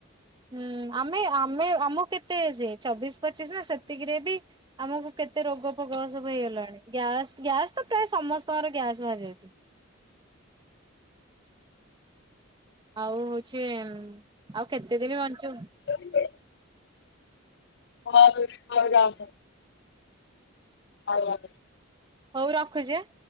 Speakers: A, on the right (about 20°); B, on the left (about 55°).
A: ହୁଁ ଆମେ ଆମେ ଆମକୁ କେତେ ଏଜ୍ ଚବିଶ୍ ପଚିଶ୍ ନା ସେତିକିରେ ବି ଆମକୁ କେତେ ରୋଗ ବୟସ ବି ହେଇଗଲାଣି ଗ୍ୟାସ୍ ଗ୍ୟାସ୍ ତ ପ୍ରାୟ ସମସ୍ତଙ୍କର ଗ୍ୟାସ୍ ବାହାରି ଯାଉଛି। ଆଉ ହୋଉଛି ଆଉ କେତେ ଦିନ ବଣିବୁ।
B: ଁ <inaudible> ହଁ ଯୋଉ ରଖ। ଆଉ ଆ
A: ହୋଉ ରଖୁଚି ଆଁ।